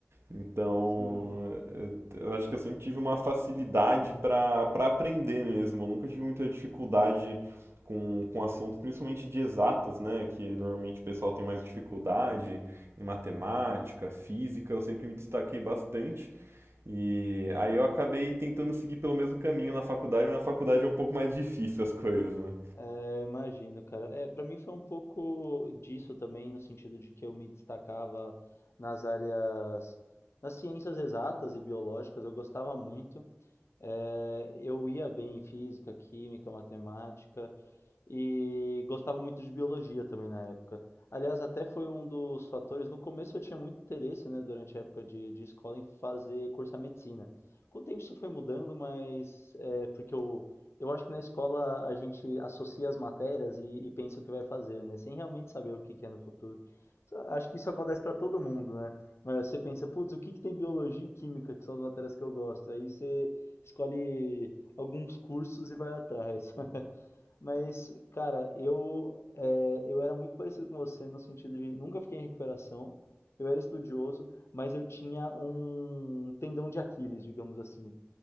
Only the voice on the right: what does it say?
Então,
eu eu acho que eu sempre tive uma facilidade para para aprender mesmo. Eu nunca tive muita dificuldade com, com assuntos, principalmente de exatas, né? Que normalmente o pessoal tem mais dificuldade em matemática, física. Eu sempre me destaquei bastante. E aí eu acabei tentando seguir pelo mesmo caminho na faculdade, mas na faculdade é um pouco mais difícil as coisas, né?